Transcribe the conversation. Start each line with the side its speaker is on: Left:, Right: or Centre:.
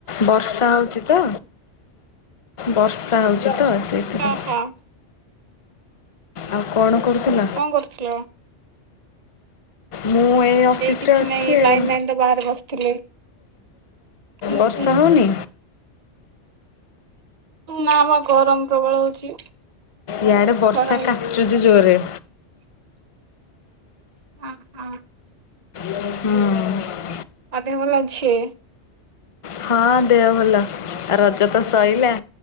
Left: ବର୍ଷା ହଉଛି ତ। ବର୍ଷା ହଉଛି ତ। ସେଇଥିପାଇଁ
Right: ଓହୋ।
Left: ଆଉ କଣ? କରୁଥିଲ
Right: କଣ କରୁଥିଲ?
Left: ମୁଁ ଏଇ ଅଫିସରେ
Right: କିଛି
Left: ଅଛି
Right: ନାଇଁ
Left: ଆଉ।
Right: ଲାଇନ୍ ନାଇଁ ତ ବାହାରେ ବସିଥିଲି। ହୁଁ
Left: ବର୍ଷା
Right: ହୁଁ
Left: ହଉନି?
Right: ନାଁ ମ ଗରମ ପ୍ରବଳ ହଉଛି।
Left: ଇଆଡେ ବର୍ଷା
Right: ଖରା ହେଇଛି।
Left: କାଚୁଛି ଜୋରେ।
Right: ହଁ ହଁ
Left: ହଁ।
Right: ଆଉ ଦେହ ଭଲ ଅଛି।
Left: ହଁ ଦେହ ଭଲ ରଜ ତ ସରିଲା